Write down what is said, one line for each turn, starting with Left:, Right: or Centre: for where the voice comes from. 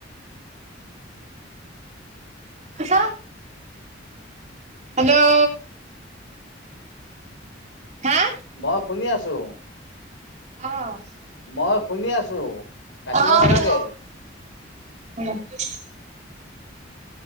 Right: কি কৈছ হেল্ল' হা
Left: মই শুনি আছো
Right: অ',
Left: মই শুনি আছো কাটিব
Right: <unintelligible>
Left: নালাগে।